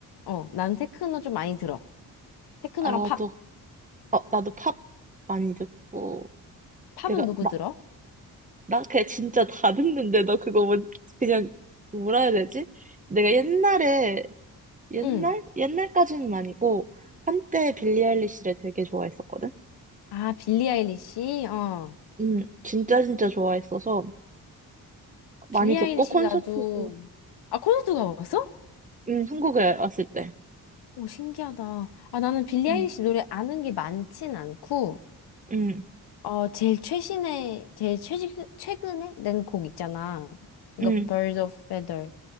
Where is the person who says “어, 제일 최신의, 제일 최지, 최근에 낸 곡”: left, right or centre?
Left